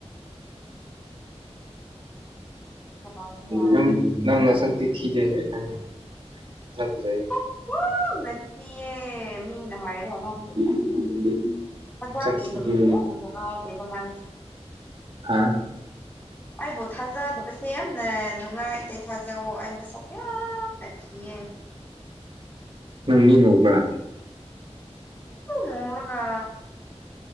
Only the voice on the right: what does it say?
ꯅꯪ ꯅꯪ ꯅꯁꯛꯇꯤ ꯊꯤꯗꯦ ꯑꯩꯈꯪꯉꯤ ꯅꯪ ꯐꯖꯩꯌꯦ
<unintelligible>
ꯅꯁꯛ
ꯊꯤꯗꯦ
ꯑꯥ
ꯅꯪ ꯃꯤ ꯉꯧꯕ꯭ꯔꯥ